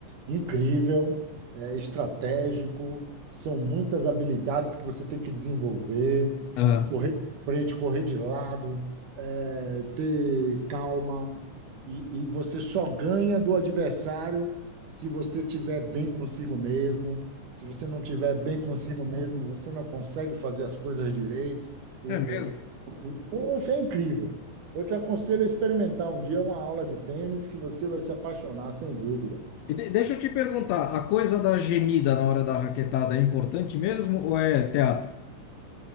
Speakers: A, on the right; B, on the left.
A: incrível, é estratégico, são muitas habilidades que você tem que desenvolver,
B: aham.
A: correr de frente, correr de lado, é, ter calma, e, e você só ganha do adversário se você tiver bem consigo mesmo. Se você não tiver bem consigo mesmo, você não consegue fazer as coisas direito. O,
B: É mesmo.
A: o, o- hoje é incrível. Eu te aconselho a experimentar um dia uma aula de tênis que você vai se apaixonar, sem dúvida.
B: E de- deixa eu te perguntar, a coisa da gemida na hora da raquetada é importante mesmo ou é teatro?